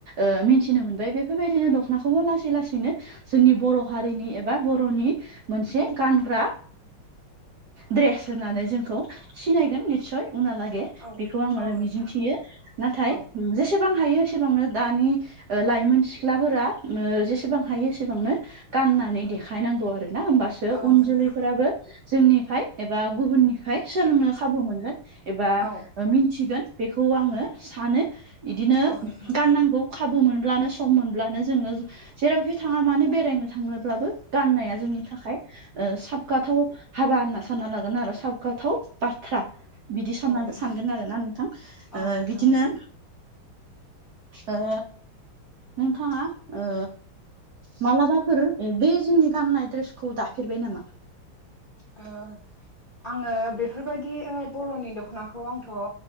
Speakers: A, on the right; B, on the left.
A: ओ मिथिनो मोनबाय बे बेफोरबायदिनो दख'नाखौबो लासै लासैनो जोंनि बर' हारिनि एबा बर'नि मोनसे गानग्रा द्रेस होननानै जोंखौ सिनायगोन निस्सय उनाहा लागै
B: औ
A: बेखौ आङो
B: औ नोंथां
A: मिजिंथियो नाथाय
B: औ
A: जे सेबां एसेबां हायो एसेबांनो दानि लाइमोन सि ख्लाफोरा जेसेबां हायो एसेबांनो गाननानै देखायनांगौ आरो ना होमबासो
B: औ
A: उन
B: नोंथां
A: जोलैफोराबो जोंनिफ्राय एबा गुबुननि फाय सोलोंनो खाबु मोनगोन एबा
B: औ
A: मिन्थिगोन बेखौ आङो सानो बिदिनो
B: औ नोंथां
A: गाननांगौ खाबु मोनब्लानो सम मोनब्लानो जोङो जेरावखि थाङा मानो बेरायनो थाङोब्लाबो गाननाया जोंनि थाखाय साबगाथाव हाबा होनना सानना लागोन आरो साबगाथाव बाथ्रा बिदि सानना
B: औ नोंथां
A: सानगोन आरोना नोंथां
B: औ
A: ओ
B: नोंथां
A: बिदिनो
B: नंगौ
A: ओ नोंथाङा ओ मालाबाफोर बे जोंनि गाननाय ड्रेसखौ दाफेरबाय नामा
B: ओ आङो बेफोरबायदि बर'नि दख'नाखौ आंथ' ओ